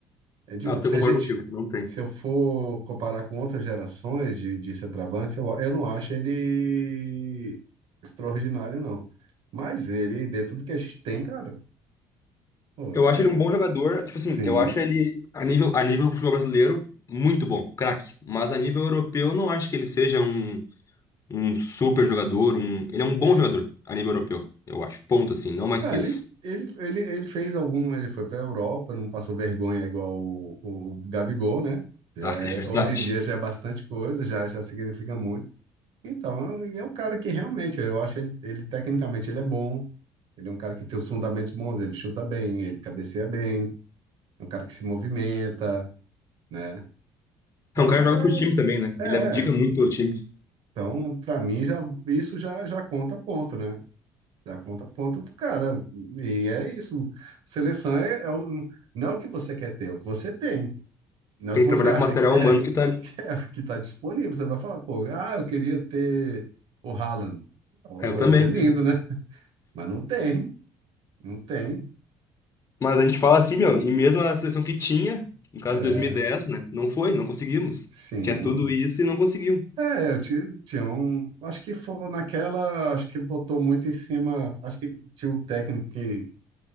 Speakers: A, on the right; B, on the left.
A: É de
B: Ah,
A: novo, se
B: eu concordo
A: a gente
B: contigo, não tem.
A: se eu for comparar com outras gerações de, de centroavantes, eu, eu não acho ele extraordinário não. Mas ele dentro do que a gente tem, cara, pô,
B: Eu
A: é,
B: acho ele um bom jogador, tipo assim,
A: sim,
B: eu acho ele a nível, a nível futebol brasileiro muito bom, craque. Mas a nível europeu, eu não acho que ele seja um, um super jogador, um, ele é um bom jogador a nível europeu, eu acho. Ponto assim, não mais
A: Ah,
B: que
A: ele,
B: isso. <laughs>
A: ele, ele, ele fez algum. Ele foi para a Europa, não passou vergonha igual o, o Gabigol, né? Já
B: Ah,
A: é-
B: é verdade.
A: hoje em dia já é bastante coisa, já, já significa muito. Então, e é um cara que realmente, eu acho ele, ele tecnicamente ele é bom. Ele é um cara que tem os fundamentos bons, ele chuta bem, ele cabeceia bem, é um cara que se movimenta, né? Então,
B: É um cara que joga
A: é,
B: pro time também, né?
A: é,
B: Ele abdica muito pelo time.
A: então para mim já isso já já conta ponto, né? da conta ponta pro cara. E é isso. Seleção é, é o- não é o que você quer ter, é o que você tem. Não
B: Tem
A: é o que
B: que
A: você
B: trabalhar
A: acha
B: com o material
A: que é,
B: humano que tá ali.
A: <laughs> é o que está disponível. Você vai falar, pô, ah, eu queria ter o Haaland. Oh,
B: Ah, Eu também.
A: ia ser lindo, né? Mas não tem, não tem.
B: Mas a gente fala assim, meu, e mesmo a seleção que tinha, no caso
A: É,
B: de dois mil e dez, né? Não foi, não conseguimos.
A: sim.
B: Tinha tudo isso e não conseguiu.
A: É, eu ti- tinha um. Acho que foi naquela. Acho que botou muito em cima. Acho que tinha um técnico que,